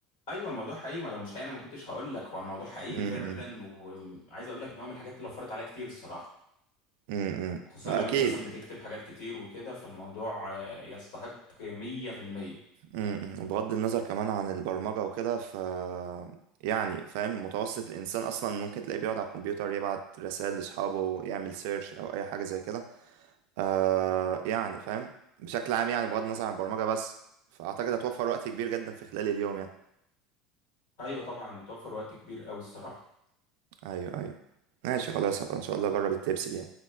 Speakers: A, on the left; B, on the right.
A: ايوه الموضوع حقيقي ما لو مش حقيقي انا ما كنتش هقول لك هو الموضوع حقيقي
B: <laughs> امم
A: فعلا وعايز اقول لك ان هو من الحاجات اللي وفرت عليا كتير الصراحه
B: امم
A: خصوصا
B: اكيد
A: لو انت مثلا بتكتب حاجات كتير وكده فالموضوع آه، يستحق 100%
B: امم بغض النظر كمان عن البرمجة وكده ف يعني فاهم متوسط الانسان اصلا ممكن تلاقيه بيقعد على الكمبيوتر يبعت رسائل لاصحابه يعمل سيرش او اي حاجة زي كده آه يعني فاهم بشكل عام يعني بغض النظر عن البرمجة بس فأعتقد هتوفر وقت كبير جدا في خلال اليوم يعني
A: ايوه طبعا اتوفر وقت كبير قوي الصراحه
B: أيوه أيوه ماشي خلاص هبقى إن شاء الله أجرب التبس دي